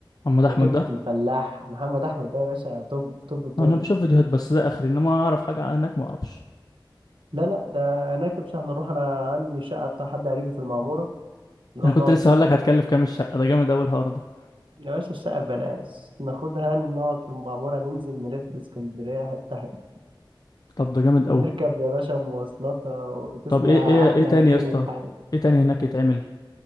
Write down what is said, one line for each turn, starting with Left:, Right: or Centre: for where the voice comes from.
Left: محمد أحمد
Right: ده كبدة
Left: ده
Right: الفلاح محمد أحمد ده يا باشا توب توب توب
Left: أنا بشوف فيديوهات بس ده آخري إنما أعرف حاجة عنك ما أعرفش
Right: لا لا ده هناك يا باشا هنروح انا عندي شقه بتاع حد قريبي في المعموره نروح
Left: أنا كنت
Right: نقعد
Left: لسه
Right: فيها
Left: هقول لك هتكلف كام الشقة ده جامد أوي الحوار ده
Right: يا باشا الشقه ببلاش ناخدها نقعد في المعموره ننزل نلف في اسكندريه حته حته
Left: طب ده جامد أوي
Right: نركب يا باشا مواصلات وتسمع
Left: طب إيه إيه
Right: احلى
Left: إيه تاني
Right: جنة
Left: يا اسطى
Right: في حياتك
Left: إيه تاني هناك يتعمل